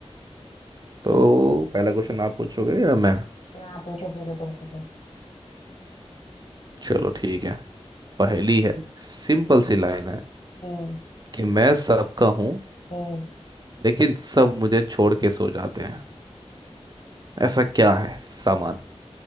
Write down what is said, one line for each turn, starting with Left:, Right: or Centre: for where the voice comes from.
Right: तो पहला क्वेश्चन आप पूछोगे या मैं
Left: हाँ पूछो पूछो तुम पूछो
Right: चलो ठीक है पहेली है सिंपल सी लाइन है
Left: हम्म
Right: कि मैं सबका हूँ
Left: हम्म
Right: लेकिन सब मुझे छोड़ के सो जाते हैं ऐसा क्या है सामान